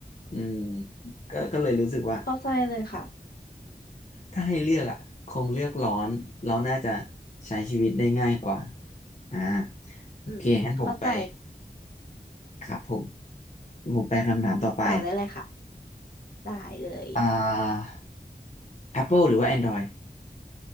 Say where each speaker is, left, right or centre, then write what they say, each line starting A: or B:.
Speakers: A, on the left (about 45°); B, on the left (about 70°).
A: อืมก็ก็เลยรู้สึกว่า
B: เข้าใจเลยค่ะ
A: ถ้าให้เลือกอ่ะคงเลือกร้อนเราน่าจะใช้ชีวิตได้ง่ายกว่าอ่าโอเคงั้นผมไป
B: อืมเข้าใจ
A: ครับผมผมไปคำถามต่อไป
B: ต่อได้เลยค่ะได้เลย
A: อ่า Apple หรือว่า Android